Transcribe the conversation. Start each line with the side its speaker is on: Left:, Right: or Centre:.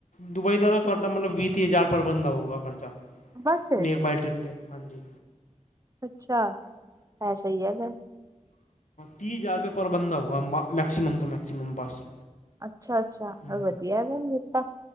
Left: ਦੁਬਈ ਦਾ ਤਾਂ ਤੁਹਾਡਾ ਮਤਲਬ ਵੀਹ-ਤੀਹ ਹਜ਼ਾਰ ਪਰ ਬੰਦਾ ਹੋਓਗਾ ਖਰਚਾ।
Right: ਬਸ
Left: ਮੇਕਮਾਈ ਟ੍ਰਿਪ ਤੇ, ਹਾਂਜੀ।
Right: ਅੱਛਾ, ਐਹ ਸਹੀ ਐ ਫੇਰ।
Left: ਤੀਸ ਹਜ਼ਾਰ ਰੁਪਏ ਪਰ ਬੰਦਾ ਹੋਓਗਾ, ਮੈ ਮੈਕਸੀਮਮ ਤੋ ਮੈਕਸੀਮਮ ਬਸ।
Right: ਅੱਛਾ-ਅੱਛਾ,
Left: ਹੂੰ,
Right: ਵਧੀਆ ਹੈਗਾ ਫੇਰ ਤਾਂ